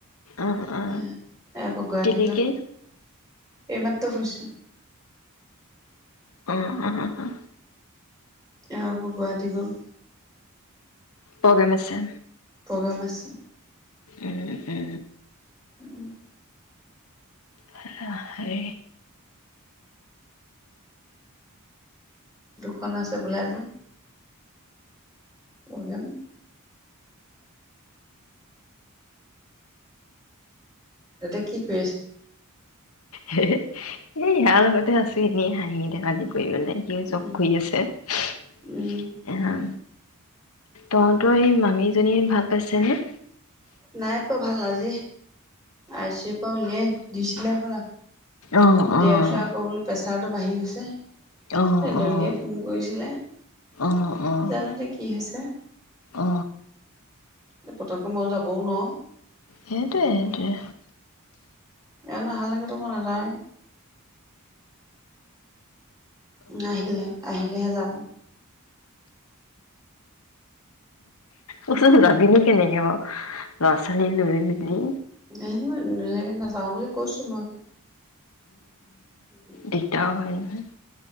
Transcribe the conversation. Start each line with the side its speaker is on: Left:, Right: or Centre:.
Left: অ অ
Right: এ একো গুৱাহাটী
Left: তিলিকি
Right: গল এই মাতো খুছ
Left: উম উম উম উ
Right: এ আকৌ গুৱাহাটী গল
Left: প্ৰগেম আছে
Right: প্ৰগ্ৰাম আছে
Left: এ এ
Right: উম
Left: সেইয়া হে
Right: দুখন আছে বোলে আজি অ যাম এতিয়া কি কৰি আছ
Left: হে ইয়াৰ লগতে আছো এনেই হাঁহি ধেমালি কৰি মানে, সি
Right: উম
Left: চব কৰি আছে এ'
Right: উম
Left: তহঁতৰ এই মামীজনী ভাল পাইছেনে?
Right: নাই পোৱা ভাল আজি, আই চি ও' ৰ পা উলিয়াই দিছিল হ'বলা
Left: অ
Right: দিয়াৰ
Left: অ
Right: পিছত আকৌ বোলে পেচে- পেচাৰটো বাঢ়ি গৈছে
Left: অ', অ',
Right: ডলিয়ে ফোন কৰিছিলে
Left: অ', অ',
Right: জানুৱাৰীত <unintelligible> কি হৈছে
Left: অ
Right: এই পতককৈ মই যাবও নোৱাৰো।
Left: সেইটোৱে সেইটোৱে
Right: এওঁ নাহালেকেতো মই নাযাওঁৱে নাহিলে আহিলেহে যাম
Left: ক'চোন যাবি নো কেনেকে বাৰু ল'ৰা-ছোৱালী লৈ মেলি
Right: <unintelligible> নাযাওঁ বুলি কৈছো মই উম <inaudible>
Left: দিগদাৰ হয় নহয়